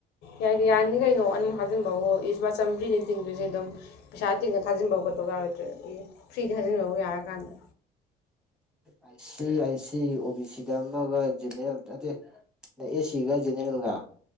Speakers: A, on the left (about 80°); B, in the centre.
A: ꯌꯥꯏ ꯌꯥꯅꯤ ꯀꯩꯅꯣ ꯑꯗꯨꯝ ꯍꯥꯖꯤꯟꯕ ꯍꯣꯏ ꯏꯁ ꯃꯥ ꯆꯝꯔꯤꯅꯤ ꯆꯤꯡꯗꯨꯁꯦ ꯑꯗꯨꯝ ꯄꯩꯁꯥ ꯇꯤꯡꯉ ꯊꯥꯖꯤꯟꯕ ꯈꯣꯠꯇꯧ ꯌꯥꯔꯣꯏꯗ꯭ꯔꯦ ꯐ꯭ꯔꯤꯗ ꯊꯥꯖꯤꯟꯕꯕꯨ ꯌꯥꯔ ꯀꯥꯟꯗ
B: ꯑ ꯁꯤ ꯑꯥꯏ ꯁꯤ ꯑꯣ ꯕꯤ ꯁꯤꯗ ꯑꯃꯒ ꯖꯦꯅꯦꯔꯦꯜ ꯅꯠꯇꯦ ꯑꯦ ꯁꯤꯒ ꯖꯅꯔꯦꯜꯒ